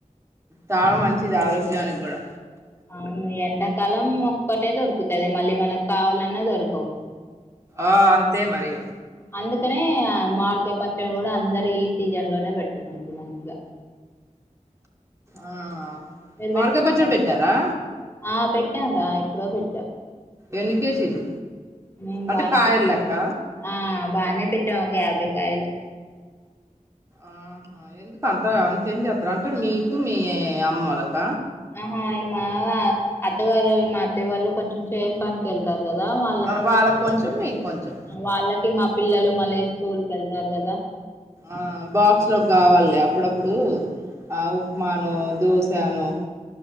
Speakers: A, on the right; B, on the left.
A: చాలా మంచిది ఆరోగ్యానికి కూడా
B: అవును ఎండాకాలం ఒక్కటే దొరుకుతది మళ్లీ మనకు కావాలన్నా దొరకవు.
A: ఆ అంతే మరి ఇగ
B: అందుకనే ఆ మాడికాయ పచ్చడ కూడా అందరు ఈ సీజన్ లోనే పెట్టుకుంటారు మంచిగా
A: ఆ
B: మీరు
A: మామిడికాయ
B: పెట్టుకున్నారా
A: పచ్చడి పెట్టారా
B: ఆ పెట్టాం రా ఎప్పుడో పెట్టాం
A: ఎన్ని కేజీలు
B: మేము
A: అంటే
B: బానే
A: కాయలు లెక్క
B: ఆ బాగానే పెట్టాం ఒక యాభైకాయలు.
A: ఆహా ఎందుకు అంత అంత ఏం చేస్తారు అంటే మీకు మీ అమ్మోలక
B: ఆహా మా అత్తగారు వాళ్ళు మా అత్త వాళ్ళు కొంచెం చేను పనికి వెళ్తారు. కదా వాళ్ళకి
A: ఆ వాళ్ళకు కొంచెం మీకు కొంచెం
B: వాళ్ళకి మా పిల్లలు మళ్ళీ స్కూల్ కెళ్తారు కదా
A: ఆ బాక్స్ లోకి కావాలి లే అప్పుడప్పుడు ఆ ఉప్మాను దోసాను